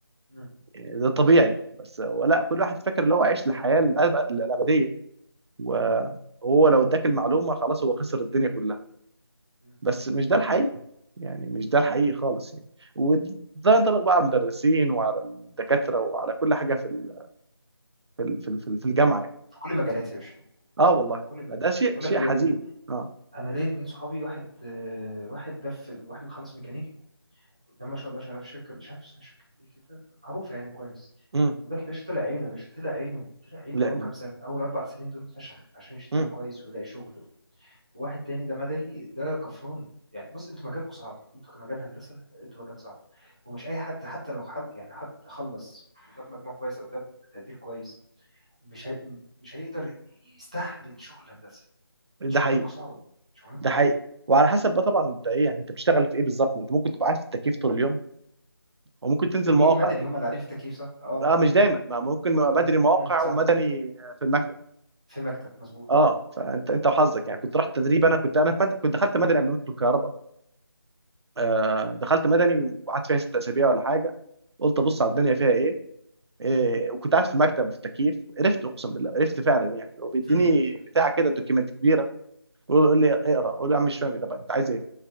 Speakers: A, on the right (about 15°); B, on the right (about 80°).
A: مم.
B: آه، ده طبيعي بس هو لا كل واحد فاكر ان هو عايش الحياه الأب- الابديه وهو
A: مم.
B: لو اداك المعلومه خلاص هو خسر الدنيا كلها
A: مم.
B: بس مش ده الحقيقي يعني مش ده الحقيقي خالص يعني وده ينطبق بقى على المدرسين وعلى الدكاتره وعلى كل حاجه في ال- في ال- في ال- في الجامعه يعني
A: في كل المجالات يا باشا
B: اه والله
A: في كل المجالات
B: فده شيء
A: بقول
B: شيء
A: لك
B: حزين
A: ايه
B: اه
A: انا ليا اتنين صحابي واحد آه، واحد ده في واحد مخلص ميكانيكا ده ما شاء الله شغال في شركه مش عارف اسمها شركه ايه كده معروفه يعني كويس
B: امم
A: وده كده باشا طلع عينه يا باشا طلع عينه طلع عينه
B: لا
A: في اول
B: لا
A: كام سنه اول اربع سنين دول اتفشخ عشان يشتغل
B: امم
A: كويس ويلاقي شغل وواحد تاني ده مدني ده كفران يعني بص انتوا مجالكم صعب انتوا كمجال هندسه انتوا مجال صعب ومش اي حد حتى لو حل يعني حد خلص وجاب مجموع كويس او جاب تقدير كويس مش هي... مش هيقدر يستحمل شغل الهندسه
B: ده
A: انتوا شغلانتكم
B: حقيقي
A: صعبه شغلانتكم
B: ده
A: صعبه
B: حقيقي وعلى حسب بقى طبعا انت ايه يعني انت بتشتغل في ايه بالظبط ما انت ممكن تبقى قاعد في التكييف طول اليوم وممكن تنزل
A: دول
B: مواقع
A: مين مدني
B: بقى
A: هم اللي قاعدين في التكييف صح؟ اه
B: اه مش
A: اه
B: دايما ما ممكن يبقى
A: مم.
B: بدري مواقع
A: مم. صح
B: ومدني في المكتب
A: في مكتب مظبوط
B: اه فانت انت وحظك يعني كنت رحت تدريب
A: مم.
B: انا كنت انا في مد... كنت دخلت مدني قبل ما ادخل الكهرباء آه دخلت مدني وقعدت فيها ست اسابيع ولا حاجه قلت ابص على الدنيا فيها ايه, إيه وكنت قاعد في المكتب وفي التكييف عرفت اقسم بالله عرفت فعلا يعني وبيديني
A: <laughs>
B: بتاع كده دوكيمنت كبير يقول لي اقرا اقول له يا عم مش فاهم إيه، طب انت عايز ايه